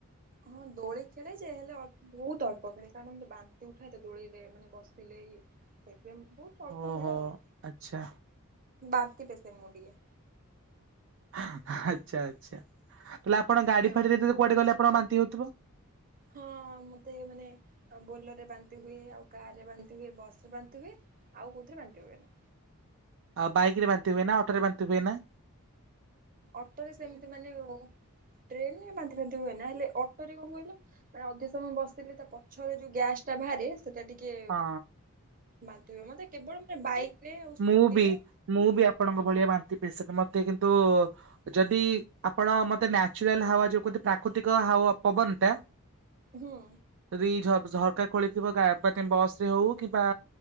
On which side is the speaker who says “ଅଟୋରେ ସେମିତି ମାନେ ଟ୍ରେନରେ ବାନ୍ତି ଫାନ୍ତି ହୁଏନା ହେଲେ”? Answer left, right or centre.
Right